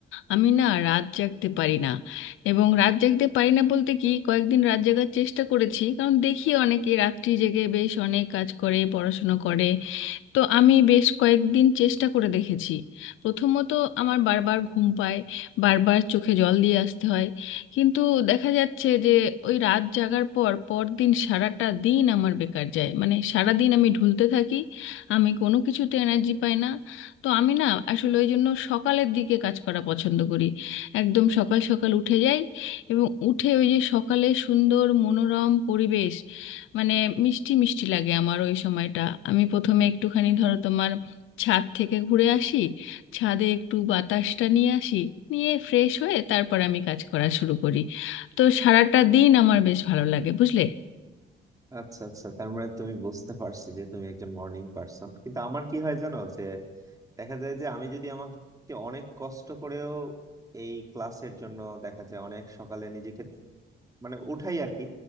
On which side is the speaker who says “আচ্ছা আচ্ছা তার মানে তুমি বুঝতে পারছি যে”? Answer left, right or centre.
Right